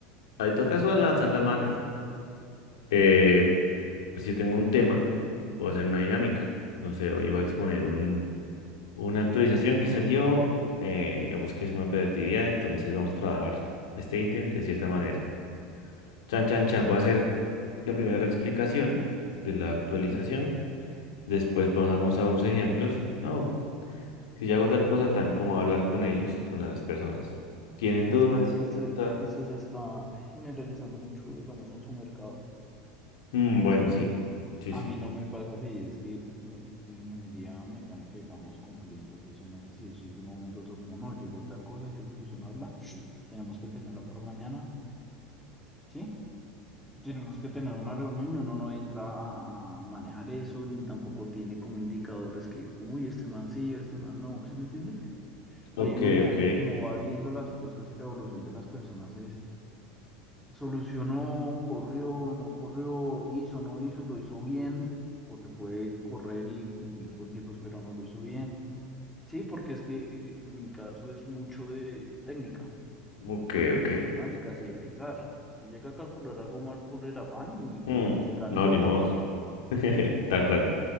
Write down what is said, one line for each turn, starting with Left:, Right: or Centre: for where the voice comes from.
Left: Ahí toca eso al
Centre: usted
Left: alzar la
Centre: como
Left: mano.
Centre: jefe?
Left: eh, pues si yo tengo un tema, puedo hacer una dinámica. No sé, hoy iba a exponer un, una actualización que salió, eh, digamos que es una operatividad, entonces vamos a trabajar este ítem de cierta manera. Chan, chan, chan. Voy a hacer la primera la explicación de la actualización.
Centre: Sí.
Left: Después pasamos a unos ejemplos. No, si yo hago tal cosa, tan como hablar con ellos, con las personas. ¿Tienen
Centre: Pero
Left: dudas?
Centre: es que vea que usted,
Left: Ta-
Centre: vea que usted se está generalizando mucho, digamos, en su mercado,
Left: Mm, bueno,
Centre: ¿sí?
Left: sí. Sí,
Centre: A
Left: sí,
Centre: mí
Left: sí.
Centre: no me pasa así, es que eh, en ingeniería mecánica, digamos, con clientes, eso no es así, eso es de un momento a otro como, no, llegó tal cosa, hay que solucionarla, tenemos que tenerla para mañana, ¿sí? Tenemos que tener una reunión y uno no entra a, a manejar eso, ni tampoco tiene como indicadores que, como, uy, este man sí, este man no, ¿sí me entiende?
Left: Ok,
Centre: Ahí uno,
Left: ok.
Centre: como va viendo las cosas y la evolución de las personas es solucionó, corrió, no corrió, hizo, no hizo, lo hizo bien, porque puede correr y cumplir con tiempos, pero no lo hizo bien. Sí, porque es que eh, en mi caso es mucho de técnica
Left: Ok, ok.
Centre: y matemáticas y de pensar. Usted llega a calcular algo más por el afán y
Left: Mm,
Centre: se cae
Left: no,
Centre: el puente,
Left: ni modo. <laughs> Tal cual.